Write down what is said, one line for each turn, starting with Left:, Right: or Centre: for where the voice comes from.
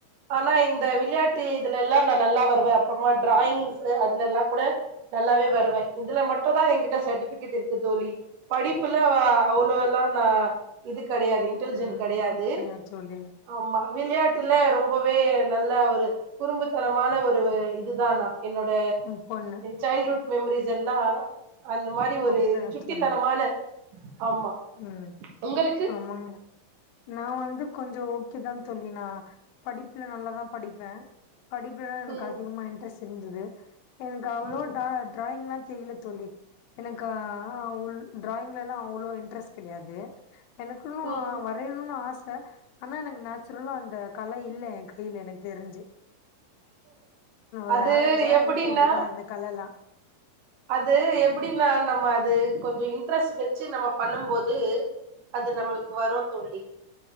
Right: ஆனா இந்த
Left: ம்
Right: விளையாட்டு இதுல எல்லா நா நல்லா வருவே அப்பறமா டிராயிங்ஸ் அதுல எல்லா கூட நல்லாவே வருவே இதுல மட்டு தா எகிட்ட சர்டிபிகேட் இருக்கு தோழி படிப்புல அவ்ளோ எல்லா நா இதுக்கு கெடையது இன்டெலிஜென்ட்
Left: ம்
Right: கெடையாது
Left: அப்டியா தோழி
Right: ஆமா விளையாட்டுல ரொம்பவே நல்ல ஒரு குறும்புத்தனமான ஒரு இதுதானா என்னோட
Left: ம் பொண்ணு
Right: சைல்டு வுட் மெமரீஸ் எல்லா அந்த மாரி ஒரு
Left: அப்டியா
Right: சுட்டித்தனமான
Left: தோழி
Right: ஆமா
Left: ம்
Right: உங்களுக்கு
Left: ஆமங்க நா வந்து கொஞ்ச ஓகேதா தோழி நா படிப்புல நல்லாதா படிப்பே படிப்புலதா எனக்கு
Right: ம்
Left: அதிகமா இன்ட்ரெஸ்ட் டு இருந்துது எனக்கு அவ்ளவா
Right: ம்
Left: ட்ரா ட்ராயிங்லா தெரியல தோழி எனக்கு ஆ அவ்ள் ட்ராயிங்லலா அவ்ளோ இன் ட்ரெஸ்ட் கெடையாது எனக்குன்னு
Right: ம்
Left: வரையணுனு ஆச ஆனா எனக்கு நேச்சுரலா அந்த கலை இல்ல யேன் கைல எனக்கு தெரிஞ்சு ஒரு
Right: அது
Left: ஆவரேஜ்தா
Right: எப்டின்னா
Left: இருக்கு என்கிட்ட அந்த கல எல்லா
Right: அது எப்பிடின்னா நம்ம அது கொஞ்சோ இன்ட்ரெஸ்ட் வச்சு நம்ம பண்ணும்போது அது நம்மளுக்கு வரு தோழி